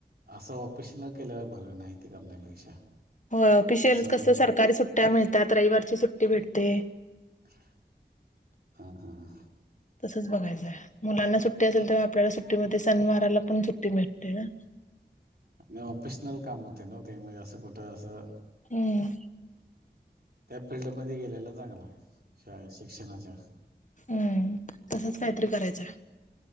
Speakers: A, on the right (about 65°); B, on the left (about 45°).
A: असं ऑपेशनल केलेला बरं, नाही ते करण्यापेक्षा,
B: हो ओपिशल
A: असं
B: कसं सरकारी सुट्ट्या मिळतात, रविवारची सुट्टी भेटते,
A: हा, हा, ह
B: तसच बघायचंय, मुलांना सुट्टी असेल तेव्हा आपल्याला, सुट्टीमध्ये सनवाराला पण सुट्टी भेटते ना,
A: आणि ऑफेशनल काम होते नव्ह, ते म्हण असं कुठं असं
B: हम्,
A: त्या फिल्डमध्ये, गेलेला चांगलं आहे. शाळेत शिक्षणाच्या.
B: हम्म, तसच काहीतरी करायचं,